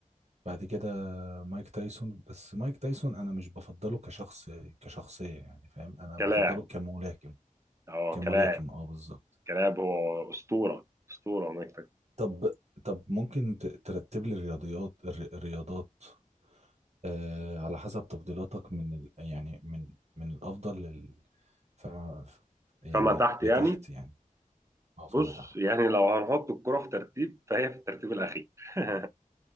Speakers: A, on the right; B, on the right.
A: بعد كده مايك تايسون بس مايك تايسون أنا مش بفضله كشخص كشخصية يعني فاهم أنا
B: كلاعب
A: بفضله كملاكم
B: اه
A: كملاكم
B: كلاعب
A: أه بالظبط
B: كلاعب هو أسطورة أسطورة ومكتب
A: طب طب ممكن ت- ترتب لي الرياضيات الر- الرياضات آه على حسب تفضيلاتك من ال يعني من من الأفضل لل فما يعني
B: فما تحت
A: لتحت
B: يعني
A: يعني أه فما
B: بص
A: تحت
B: يعني لو هنحط الكرة في ترتيب فهي في الترتيب الأخير <laughs>